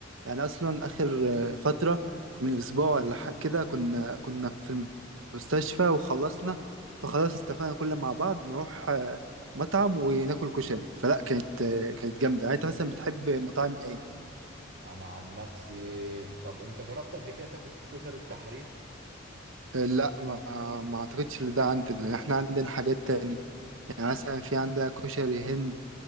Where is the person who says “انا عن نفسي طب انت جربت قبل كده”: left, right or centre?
Right